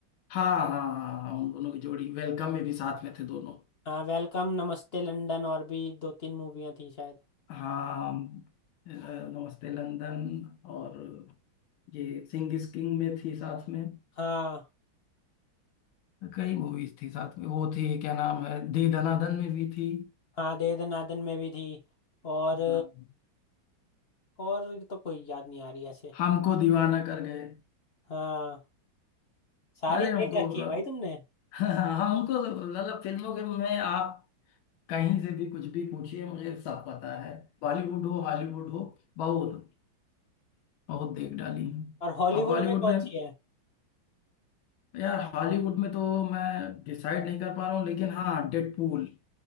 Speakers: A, on the left (about 80°); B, on the left (about 40°).
A: हाँ हाँ हाँ हाँ उन दोनों की जोड़ी वेलकम में भी साथ में थे दोनों
B: हाँ वेलकम नमस्ते लंदन और भी दो तीन मूवियाँ थी शायद
A: हाँ अ, नमस्ते लंदन और ये सिंह इज किंग में थी साथ में
B: हाँ
A: कई मूवीज थी साथ में वो थी क्या नाम है दे दनादन में भी थी
B: हाँ दे दनादन में भी थी और
A: हाँ
B: और तो कोई याद नहीं आ रही ऐसे
A: हमको दीवाना कर गए
B: हाँ सारी
A: अरे हमको
B: देख रखी है भाई तुमने
A: <laughs> हमको तो मतलब फिल्मों के में आप कहीं से भी कुछ भी पूछिए मुझे सब पता है बॉलीवुड हो हॉलीवुड हो बहुत बहुत देख डाली हूँ
B: और हॉलीवुड
A: अब बॉलीवुड
B: में कौन
A: में
B: सी है
A: यार हॉलीवुड में तो मैं डिसाइड नहीं कर पा रहा हूँ लेकिन हाँ डेडपूल